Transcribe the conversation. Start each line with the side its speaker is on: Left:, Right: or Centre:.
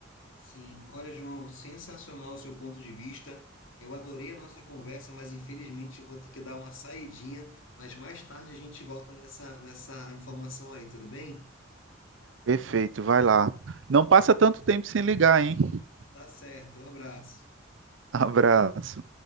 Left: Sim. Olha, João, sensacional o seu ponto de vista. Eu adorei a nossa conversa, mas infelizmente eu vou ter que dar uma saidinha, mas mais tarde a gente volta nessa nessa informação aí, tudo bem?
Right: Perfeito, vai lá. Não passa tanto tempo sem ligar, hein? <laughs>
Left: Tá certo. Um abraço.
Right: Abraço.